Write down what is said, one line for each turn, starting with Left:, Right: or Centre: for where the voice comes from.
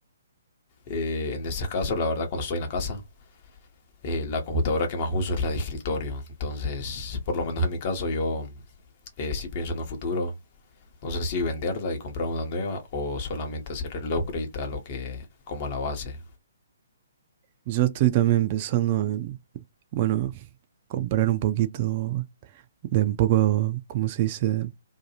Left: eh, en este caso, la verdad, cuando estoy en la casa, eh, la computadora que más uso es la de escritorio. Entonces, por lo menos en mi caso, yo eh, sí pienso en un futuro. No sé si venderla y comprar una nueva o solamente hacer el upgrade a lo que, como a la base.
Right: Yo estoy también pensando en, bueno, comprar un poquito de un poco, ¿cómo se dice?